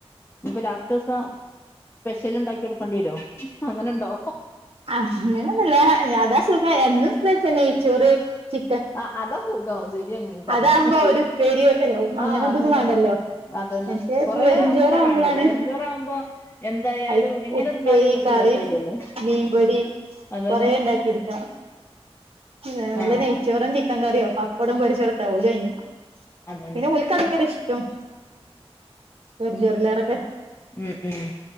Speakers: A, on the left; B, on the right.
A: ഇപ്പ ലാസ്റ്റസം സ്പെഷ്യല് ഇണ്ടാക്കി കൊടുക്കണ്ടിരോ അങ്ങനെണ്ടോ
B: അഹ് അങ്ങനെന്നൂല്ല അതാ സുഖം എന്നും സ്പെഷ്യല് നെയ്ച്ചോറ് ചി
A: ആഹ് അതാ സുഖം ശരിയാണ് ഇങ്ങള്പറഞ്ഞത്
B: അതാകുമ്പോ ഒരു ഉപ്പേരി അല്ല അങ്ങനെ
A: ആഹ്
B: ഇതൊന്നും
A: അതന്നെ
B: വേണ്ടല്ലോ
A: അതന്നെ
B: മറ്റേ
A: കൊറേ
B: വെറുംചോറാവുമ്പളാണ്
A: കൂട്ടാൻ വേണ്ടല്ലോ വെറു ചോറാവുമ്പോ എന്തായാലും
B: അയ്ക്ക്
A: എങ്ങനെ
B: ഉപ്പേരി
A: തിന്നാലും രസം
B: കറി
A: ഇല്ലാത്ത മാതിരിയല്ലേ
B: മീൻപൊരി
A: അതന്നെ
B: കൊറേ ഉണ്ടാക്കിയെടുക്കണം വല്ല
A: ആഹ്
B: നെയ്ച്ചോറും ചിക്കൻ കറിയോ പപ്പടം പൊരിച്ചൊട്ത്താ ഓൽത് കൈഞ്
A: അതന്നെ
B: പിന്നെ ഓല്ക് ഇഷ്ടം വേർ ചോറിലോരൊക്കെ
A: ഉം ഉം